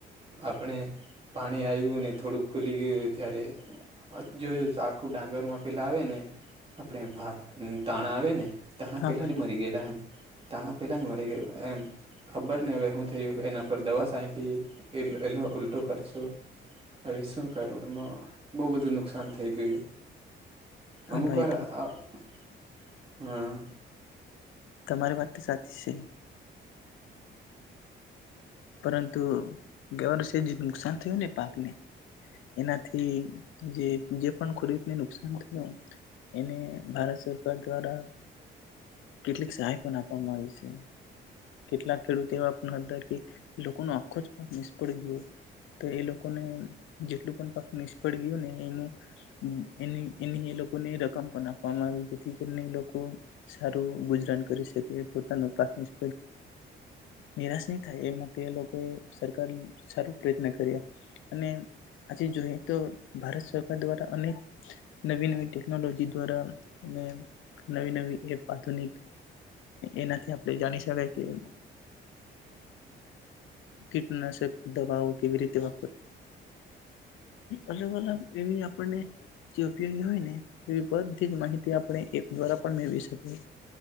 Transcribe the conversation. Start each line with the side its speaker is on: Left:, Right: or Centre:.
Right: આપણે પાણી <unintelligible> થોડું ખુલી ગયું ત્યારે જોયું આખું ડાંગર માં પેલા આવે ને આપણે ભાત દાણા આવે ને ધણા
Left: હા
Right: પેલા
Left: ભાઈ
Right: જ મરી ગયેલા એમ. દાણા પેલાની મરી ગ એમ. ખબર ને હવે હું થું એના ઉપર દવા છાયટી એ ઉલટો ખર્ચો હવે શું કરું એમાં બહ બધું નુકસાન થઈ ગયું.
Left: હા
Right: અમુક
Left: ભાઈ
Right: વાર હા
Left: તમારી વાત સાચી છે. પરંતુ ગયા વર્ષે જે નુકસાન થયું ને પાકને એનાથી જે પણ ખોડકને નુકસાન થયું એને ભારત સરકાર દ્વારા કેટલીક સહાય પણ આપવામાં આવી છે. કેટલાક ખેડૂત એવા હતા કે લોકો ન આખો જ પાક નિષ્ફળ ગયો તો એ લોકોને જેટલું પણ પાક નિષ્ફળ ગયું ને એનું એ એની એ લોકોને રકમ પણ આપવામાં આવી જેથી કરીને એ લોકો સારું ગુજરાન કરી શકે પોતાનું પાક નિષ્ નિરાશ નહી થાય એમાં લોકોએ સરકાર સારું પ્રયત્ન કરી્યા અને આજે જોઈએ તો ભારત સરકાર દ્વારા અનેક નવી નવી ટેકનોલોજી દ્વારા અને નવી નવી એપ આધુનિક એનાથી આપણે જાણી ક કીટનાશક દવાઓ કેવી રીતે <inaudible> અલગ અલગ એવી આપણને જે ઉપયોગી હોય ને એવી બધી જ માહિતી આપણે એ દ્વારા પણ મેળવીકી